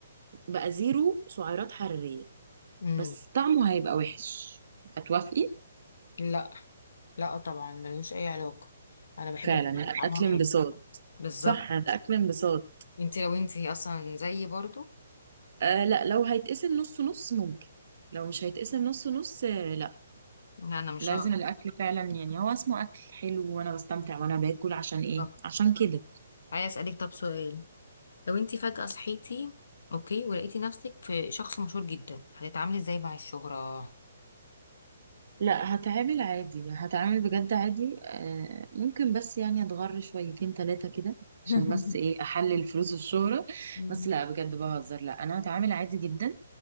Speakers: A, on the right; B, on the left.
A: بقى زيرو سعرات حراريه
B: مم.
A: بس طعمه هيبقى وحش هتوافقي
B: لا لا طبعا ملوش اي علاقه انا بحب
A: فعلا
B: الحاجات
A: الاكل
B: اللي طعمها حلو
A: انبساط
B: بالظبط
A: صح الاكل انبساط
B: انت لو انت اصلا زيي برضو
A: آه لا لو هيتقسم نص نص ممكن لو مش هيتقسم نص نص آه، لا
B: لا انا مش
A: لازم
B: هقدر
A: الاكل فعلا يعني هو اسمه اكل حلو وانا بستمتع وانا باكل عشان ايه
B: طب
A: عشان كده
B: عايز اسالك طب سؤال لو انت فجاه صحيتي اوكي ولقيتي نفسك في شخص مشهور جدا هتتعاملي ازاي مع الشهرة
A: لا هتعامل عادي هتعامل بجد عادي آه ممكن بس يعني اتغر شويتين ثلاثة كده
B: <laughs>
A: عشان بس ايه احلل فلوس الشهرة
B: مم.
A: بس لا بجد بهزر لا انا هتعامل عادي جدا